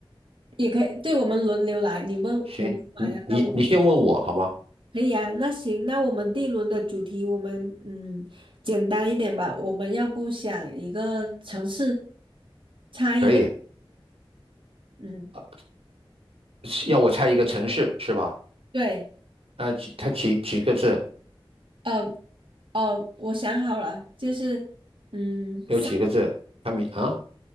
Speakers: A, on the right; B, on the right.
A: 也可以，对，我们轮流来，你问你问完呀，
B: 行，你你你先问我好吗？
A: 那我可以啊，那行，那我们第一轮的主题，我们嗯简单一点吧，我们要不想一个城市，猜一个字。
B: 可以，
A: 嗯，
B: 呃，要我猜一个城市是吧？
A: 对，
B: 呃，几它几几个字？
A: 呃呃，我想好了，就是嗯三
B: 有几个字？它名啊，